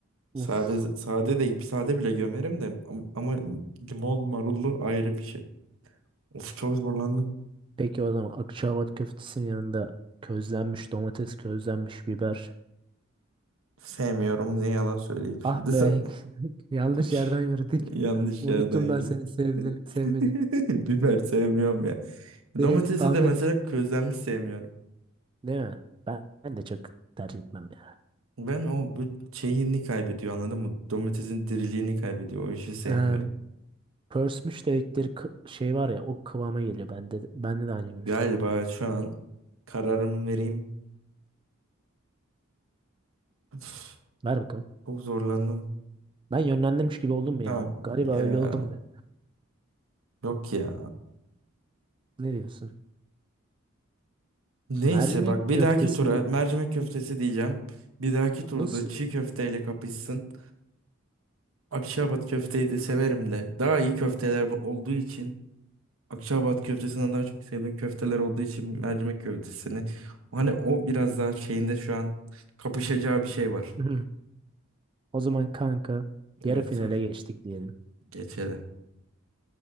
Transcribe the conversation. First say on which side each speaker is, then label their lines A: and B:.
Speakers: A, on the right; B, on the right.
A: Uf.
B: Sade sade de sade bile gömerim de am- ama limon marullu ayrı bir şey. Of çok zorlandım.
A: Peki o zaman Akçaabat köftesinin yanında közlenmiş domates, közlenmiş biber.
B: Sevmiyorum ne yalan söyleyeyim
A: Ah
B: şimdi sen.
A: be. <laughs> Yanlış
B: <laughs>
A: yerden yürüdük.
B: Yanlış
A: Unuttum
B: yerden yürüdü.
A: ben seni sevdi, sevmedi.
B: <laughs> Biber sevmiyorum ya.
A: Benim
B: Domatesi
A: Ahmet
B: de mesela közlenmiş sevmiyorum.
A: Değil mi? Ben, ben de çok tercih etmem ya.
B: Ben o bu şeyini kaybediyor anladın mı? Domatesin diriliğini kaybediyor. O işi sevmiyorum.
A: Ee, pörsmüş dedikleri kı- şey var ya o kıvama geliyor. Bende de, bende de aynı görüşte.
B: Galiba şu an kararımı vereyim. Üf,
A: Ver bakalım.
B: Çok zorlandım.
A: Ben yönlendirmiş gibi oldum mu
B: Tamam
A: ya? Galiba
B: ya.
A: öyle oldum da.
B: Yok ya.
A: Ne diyorsun?
B: Neyse
A: Mercimek
B: bak bir
A: köftesini
B: dahaki tura mercimek köftesi diyeceğim. Bir dahaki turda
A: nasıl?
B: çiğ köfteyle kapışsın. Akşabat köfteyi de severim de. Daha iyi köfteler olduğu için Akçaabat köftesinden daha çok sevdiğim köfteler olduğu için mercimek köftesini. Hani o biraz daha şeyinde şu an kapışacağı bir şey var.
A: Hı. O zaman kanka
B: Evet
A: yarı finale
B: sor.
A: geçtik diyelim.
B: Geçelim.